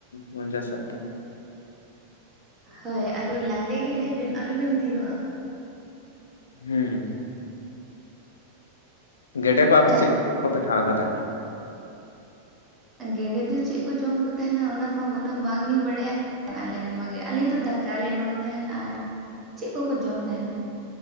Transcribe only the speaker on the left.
ᱯᱚᱱᱪᱟᱥ ᱥᱟᱴ ᱴᱟᱠᱟ ᱾
ᱦᱩᱸ᱾ ᱜᱮᱰᱮ ᱠᱚ ᱟᱯᱮ
ᱪᱮᱫ ᱠᱚᱯᱮ ᱠᱷᱟᱣᱟ ᱠᱚ ᱛᱟᱦᱮᱸᱱᱟ?